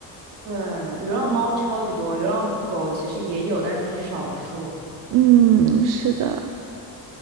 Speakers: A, on the right (about 80°); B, on the right (about 60°).
A: 对，流浪猫超级多，流浪狗其实也有，但是是少数。
B: 嗯，是的，